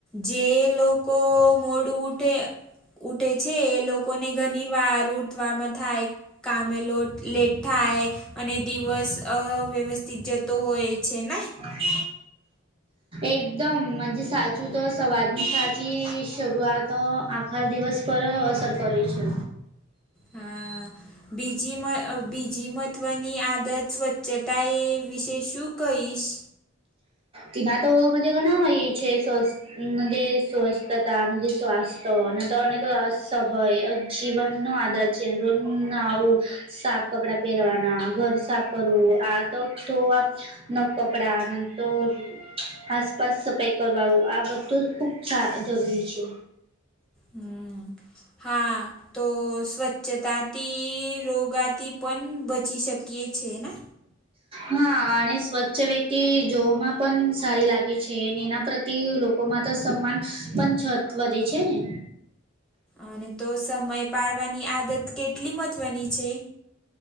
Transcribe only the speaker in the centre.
જે લોકો મોડું ઉઠે. ઉઠે છે, એ લોકોને ઘણી વાર ઉતવારમાં થાય, કામે લોટ લેટ થાય અને દિવસ વ્યવસ્ થિત જતો હોય છે ને,
હ બીજી મ બીજી મહત્વની આદત સ્વ્છ ચતા એ વિશે શું, કહીશ
હમ હા તો, સ્વચ્છતાથી રોગાથી પણ બચી શકીએ છે ને,
અને તો સમય પાડવાની આદત કેટલી મહત્વની છે.